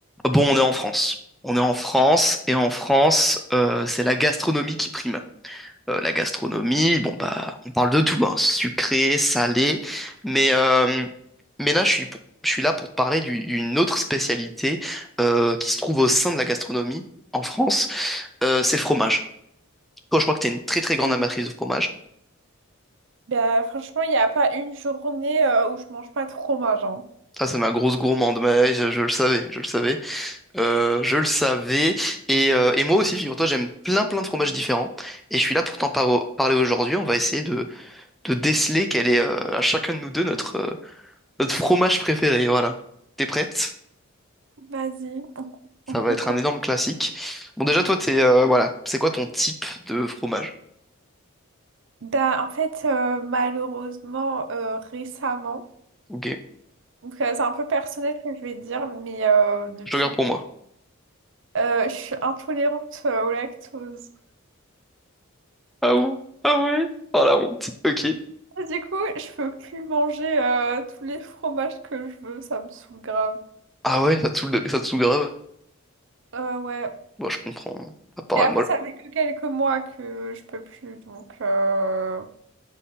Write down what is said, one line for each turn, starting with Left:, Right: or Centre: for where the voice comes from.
Centre: Bon, on est en France. On est en France et en France, euh, c'est la gastronomie qui prime. Euh, la gastronomie, bon bah, on parle de tout, hein, sucré, salé, mais euh, mais là, je suis pour- je suis là pour te parler du- d'une autre spécialité euh, qui se trouve au sein de la gastronomie en France. Euh, c'est le fromage. Toi, je crois que t'es une très très grande
Right: Mm.
Centre: amatrice de fromage.
Right: Bah, franchement, il n'y a pas une journée euh, où je mange pas de fromage. hein.
Centre: Ça, c'est ma grosse gourmande, mais je, je le savais, je le savais. Euh, je le savais. Et, euh, et moi aussi, figure-toi, j'aime plein plein de fromages différents. Et je suis là pour t'en par- parler aujourd'hui. On va essayer de, de déceler quel est euh, à chacun de nous deux notre, euh, notre fromage préféré. Voilà. T'es prête?
Right: Vas-y, on,
Centre: Ça
Right: on
Centre: va
Right: recommence.
Centre: être un énorme classique. Bon, déjà, toi, t'es, euh, voilà. C'est quoi ton type de fromage?
Right: Bah, en fait, euh, malheureusement, euh, récemment,
Centre: Ok.
Right: donc, euh, c'est un peu personnel ce que je vais dire, mais euh, depuis,
Centre: Je te garde pour moi.
Right: euh, je suis intolérante euh, au lactose.
Centre: Ah bon? Ah ouais? Oh la honte. Ok.
Right: Et Du coup, je peux plus manger euh, tous les fromages que je veux, ça me saoule grave.
Centre: Ah ouais, ça te saoule, de- ça te saoule grave?
Right: Euh, ouais.
Centre: bon je comprends. À part,
Right: Mais après,
Centre: moi.
Right: ça fait que quelques mois que je peux plus, donc... euh,